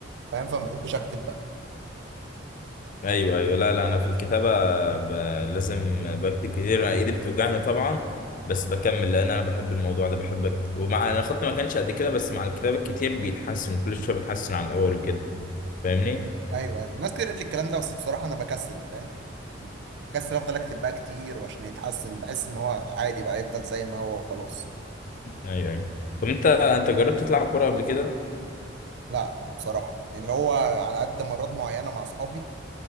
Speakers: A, on the right (about 60°); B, on the left (about 45°).
A: فاهم فما بحبش أكتب بقى
B: ايوه ايوه لا لا انا في الكتابة ب... لازم بكتب كتير ايدي بتوجعني طبعا بس بكمل لان انا بحب الموضوع ده بحب اكتب ومع انا خط ما كانش قد كده بس مع الكتابة الكتير بيتحسن كل شوية بيتحسن عن الاول وكده فاهمني
A: أيوه أيوه ناس كتير قالت لي الكلام ده بس بصراحة أنا بكسل فاهم بكسل أفضل أكتب بقى كتير وعشان يتحسن بحس إن هو عادي بقى يفضل زي ما هو وخلاص
B: ايوه ايوه طب انت انت جربت تلعب كورة قبل كده؟
A: لا بصراحة لأن هو على قد مرات معينة مع أصحابي